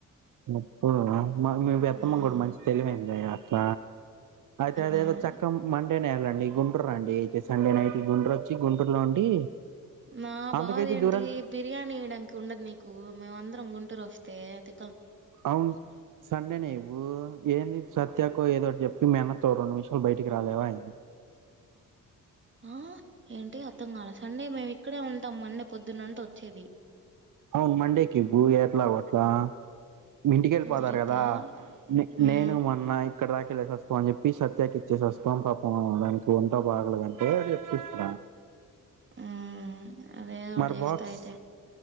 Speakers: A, on the right (about 70°); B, on the right (about 35°).
A: అబ్బో మా ఆ మీ పెద్దమ్మ
B: ఉమ్
A: గుడా మంచి తెలివైందే అస్ల ఐతే అదేదో
B: ఉమ్
A: చక్కం మన్ డేనే ఎళ్ళండి గుంటూరు రాండి ఐతే సండే నైట్ గుంటూరు ఒచ్చి గుంటూర్లో ఉండి
B: నా
A: అంతకైతే
B: బాదెంటి
A: దూరం
B: బిర్యానీ ఇయ్యాడానికి ఉండదు నీకు మేమందరం గుం టూరొస్తే త్
A: ఔను సండేనే ఇవ్వూ ఏ సత్యాకు ఏదోటి జేప్పి మీ అన్నతో రొండు నిమ్షాలు బయటికి రాలేవా ఏం
B: ఆ ఏంటి అర్థం కాల సండే మేమిక్కడే ఉంటాం మండే పొద్దున్నంట ఒచ్చేది
A: ఔను మండేకివ్వు ఎట్లాగోట్లా మీ ఇంటికెళ్ళిపోతారు
B: కుదిరిద్దా
A: గదా
B: ఉమ్
A: నేను మొన్న క్కడ దాకా ఎళ్ళిసి ఒస్తాం అని జేప్పి సత్యాకి ఇచ్చేసి ఒస్తాం పాపం దానికి ఒంటా బగలేదంటే జేప్పిస్త
B: ఉమ్ అదే ఏదోటి
A: మరి
B: జేస్తా
A: బాక్స్
B: ఐతే